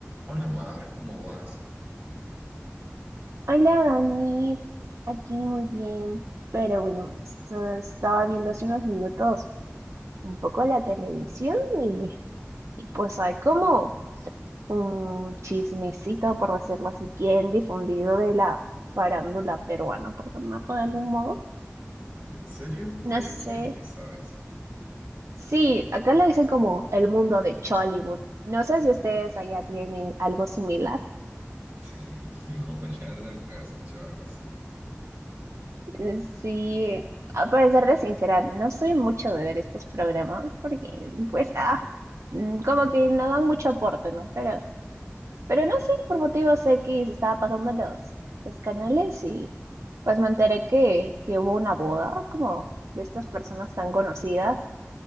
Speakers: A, on the right; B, on the right.
A: Hola Mar, ¿cómo vas?
B: Hola Dani, aquí muy bien, pero bueno, so- estaba viendo hace unos minutos un poco la televisión y, y pues hay como un chismecito, por decirlo así, bien difundido de la farándula peruana, por llamarlo de algún modo.
A: ¿En serio? ¿De
B: No sé,
A: quién? ¿De sabes?
B: sí, acá le dicen como el mundo de Chollywood. No sé si ustedes allá tienen algo similar.
A: <laughs> No, la verdad nunca había escuchado algo así.
B: Eh, Sí, ah, para serte sincera, no soy mucho de ver estos programas porque, pues, ah, mm, como que no dan mucho aporte, ¿no? Pero, pero no sé, por motivos X estaba pasando los, los canales y pues me enteré que, que hubo una boda como de estas personas tan conocidas,